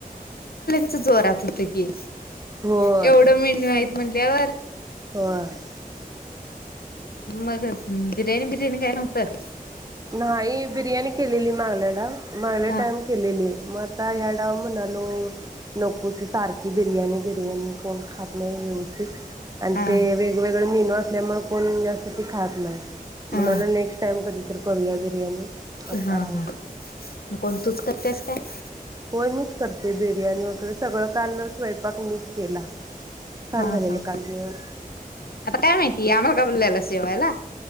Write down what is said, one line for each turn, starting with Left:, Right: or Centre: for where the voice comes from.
Left: च जोरात होत की.
Right: होय
Left: एवढं मेन्यू आहेत म्हणल्यावर
Right: होय.
Left: मग बिर्याणी बिर्याणी काय नोव्हतं‌?
Right: नाही बिर्याणी केलेली मागल्या डाव. मागल्या
Left: हा
Right: टाईम केलेली. मग आत आता या डाव म्हणालो, नको ती सारखी बिर्याणी बिर्याणी कोण खात नाही व्यवस्थित. आणि
Left: हा
Right: ते वेगवेगळे मेन्यू अस त्यामुळे कोण जास्त बी खात नाही.
Left: हा
Right: म्हणालो नेस्ट टाइम कधी तर करूया बिर्याणी आता
Left: हा
Right: राहू
Left: हा
Right: दे
Left: मग कोण तूच करतेयस काय? <inaudible>
Right: होय, मीच करतेय बिर्याणी वगैरे सगळं काल स्वयंपाक मीच केला. छान
Left: हां
Right: झालेलं
Left: हां
Right: काल जेवण
Left: आता काय माहिती, आम्हाला काय बोलवलेलत. जेवायला?